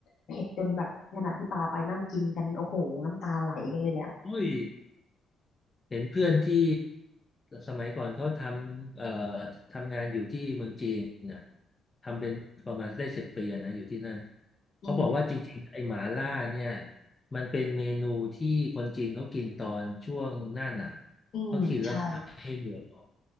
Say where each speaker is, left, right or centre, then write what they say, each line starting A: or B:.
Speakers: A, on the left; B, on the left.
A: เผ็ดจนแบบขณะที่ปาไปนั่งกินกันโอ้โหน้ำตาไหลกันเลยแหละอืม
B: โอ้ยเห็นเพื่อนที่สมัยก่อนเขาทำเอ่อทำงานอยู่ที่เมืองจีนน่ะทำเป็นประมาณได้สิบปีอะนะอยู่ที่นั่นเขาบอกว่าจริงๆไอ้หมาล่าเนี่ย
A: อืม
B: มันเป็นเมนูที่คนจีนเขากินตอนช่วงหน้าหนาว
A: อืมใช่
B: เขากินแล้วมันทำให้เหงื่อออก